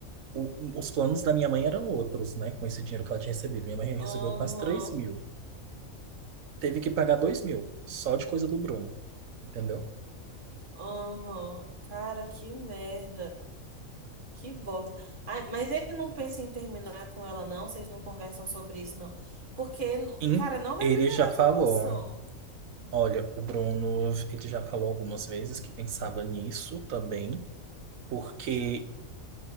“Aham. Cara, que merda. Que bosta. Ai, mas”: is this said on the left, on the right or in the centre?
Right